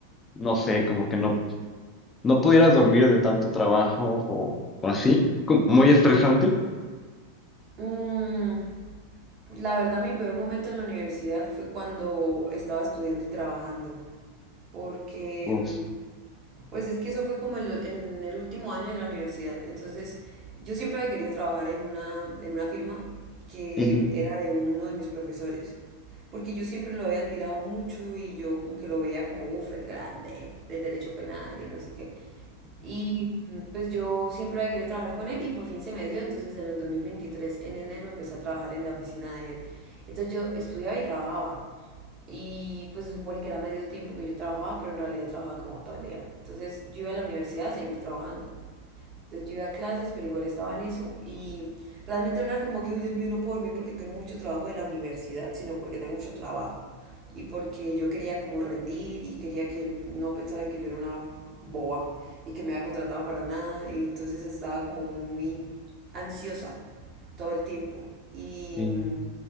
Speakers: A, on the left; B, on the right.
A: no sé, como que no, no pudieras dormir de tanto trabajo o, o así? Como Muy estresante.
B: Mm, la verdad, mi peor momento en la universidad fue cuando estaba estudiando y trabajando, porque
A: Uf,
B: mm, Pues es que eso fue como en, lo- en el último año de la universidad. Entonces, yo siempre había querido trabajar en una, en una firma que
A: ujú,
B: era de uno de mis profesores. Porque yo siempre lo había admirado mucho y yo como que lo veía como, uff, el grande del derecho penal y no sé qué. Y mm, pues yo siempre había querido trabajar con él y por fin se me dio. Entonces en el 2023, en enero, empecé a trabajar en la oficina de él. Entonces yo estudiaba y trabajaba. Y pues se supone que era medio tiempo que yo trabajaba, pero en realidad trabajaba como todo el día. Entonces yo iba a la universidad a seguir trabajando. Entonces yo iba a clases, pero igual estaba en eso y realmente no era como que, uy, Dios mío, no puedo dormir porque tengo mucho trabajo de la universidad, sino porque tengo mucho trabajo y porque yo quería como rendir y quería que él no pensara que yo era una boba y que me había contratado para nada y entonces estaba como muy ansiosa todo el tiempo y
A: sí.
B: mm,